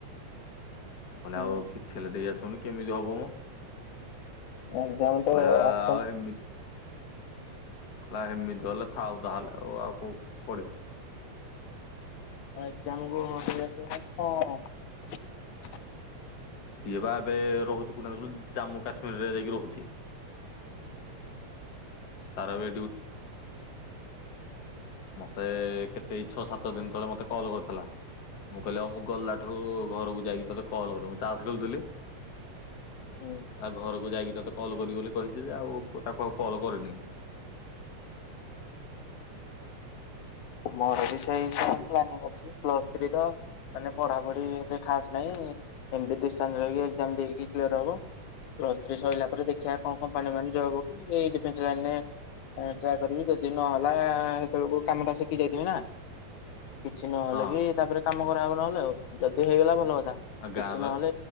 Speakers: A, on the left; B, on the left.
A: ମୁଁ କହିଲେ
B: ହୁଁ
A: ଆଉ କିଛି ହେଲେ ଦେଇ ଆଶିବନି କେମିତି ହବ ମ?
B: ଏକ୍ଜାମ ତ
A: କହିଲା
B: ଆବସେଣ୍ଟ
A: ଆଉ ହେମିତି କହିଲା ହେମିତି ଗଲେ ଥାଉ ତାହାଲେ ଆଉ କୋଉ ପଢିବ
B: ଏକ୍ଜାମ ବେଳକୁ <unintelligible>
A: ସିଏ ବା ଏବେ ରହୁଛି <unintelligible> ଜାମ୍ମୁ କାଶ୍ମୀରରେ ଯାଇକି ରହୁଛି। ତାର ଏବେ ମୋତେ କେତେ ଏଇ ଛଅ ସାତ ଦିନ ତଳେ ମୋତେ କଲ୍ କରିଥିଲା। ମୁଁ କହିଲି ଆଉ ମୁଁ ଗଲା ଠୁ ଘରକୁ ଯାଇକି ତୋତେ କଲ୍ କର। ମୁଁ ଚାସ ଖେଳୁଥିଲି ତା
B: ହୁଁ
A: ଘରକୁ ଯାଇକି ତୋତେ କଲ୍ କରିବ ବୋଲି କହିଚି ଯେ ଆଉ କ-ତାକୁ ଆଉ କଲ୍ କରିନି।
B: ମୋର ବି ସେଇ ସେମ୍ ପ୍ଲାନିଂ ଅଛି। ପ୍ଲସ୍ ଥ୍ରୀ ର ମାନେ ପଢାପଢି ଏତେ ଖାସ୍ ନାହିଁ। ଏମତି <unintelligible> କି ଏକ୍ଜାମ ଦେଇକି କ୍ଲିୟର୍ ହବ। ପ୍ଲସ୍ ଥ୍ରୀ ସଇଲା ପରେ ଦେଖିବା କଣ କମ୍ପାନୀ ମାନେ ଜବ୍ କି ଏଇ ଡିଫେନ୍ସ ଲାଇନ୍ ରେ ଏଟା କରିବି ଯଦି ନହେଲା ସେତେବେଳକୁ କାମଟା ଶି କି ଯାଇଥିମି ନା। କିଛି ନହେଲେ
A: ହଁ।
B: କି ତାପରେ କାମ କରା ହବ ନହେଲେ ଆଉ। ଯଦି ହେଇଗଲା ଭଲ କଥା।
A: ଆଉ
B: କିଛି
A: ଗାଁ ର
B: ନହେଲେ